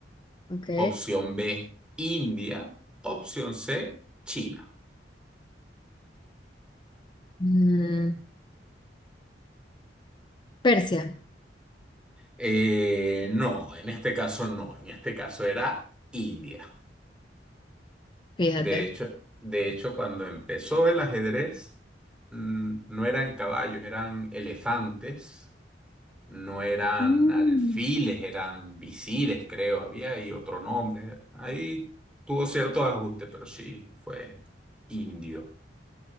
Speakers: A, on the left; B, in the centre.
A: Ok.
B: Opción B, India. Opción C, China.
A: Mm, Persia,
B: Eh, no, en este caso no, en este caso era India.
A: fíjate.
B: De hecho, de hecho, cuando empezó el ajedrez, mm, no eran caballos, eran elefantes, no eran
A: Mm,
B: alfiles, eran visires, creo, había ahí otro nombre. Ahí tuvo ciertos ajustes, pero sí fue indio